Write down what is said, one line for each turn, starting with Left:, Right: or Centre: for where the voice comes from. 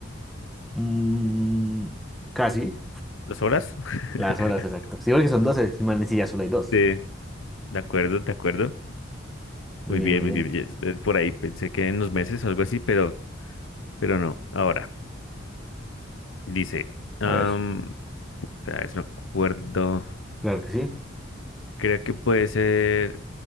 Centre: mm, casi.
Left: ¿Las horas? <laughs>
Centre: Las horas, exacto. Sí, porque son 12, man, sí, ya solo hay dos.
Left: Sí, de acuerdo, de acuerdo.
Centre: Muy
Left: Muy
Centre: bien,
Left: bien,
Centre: muy
Left: muy
Centre: bien.
Left: bien. yes, eh, Por ahí pensé que en los meses o algo así, pero, pero no. Ahora, dice, am,
Centre: A ver,
Left: espera, a ver si me acuerdo.
Centre: claro que sí.
Left: Creo que puede ser.